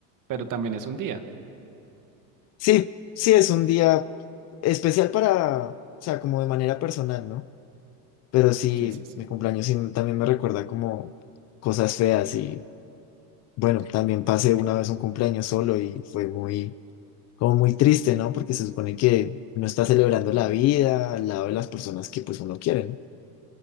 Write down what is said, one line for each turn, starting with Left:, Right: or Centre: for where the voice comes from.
Right: pero también es un día.
Left: Sí, sí, es un día especial para, o sea, como de manera personal, ¿no? Pero sí,
Right: Sí, sí, sí.
Left: mi cumpleaños sí también me recuerda como cosas feas y, bueno, también pasé una vez un cumpleaños solo y fue muy, como muy triste, ¿no? Porque se supone que uno está celebrando la vida al lado de las personas que pues uno quiere, ¿no?